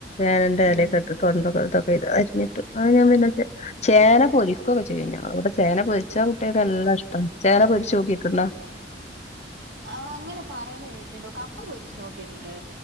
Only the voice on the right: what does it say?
ഉം
ആ, അങ്ങനെ പറയുന്ന കേട്ടിണ്ട്. കപ്പ പൊരിച്ച് നോക്കിയിട്ട്ണ്ട്.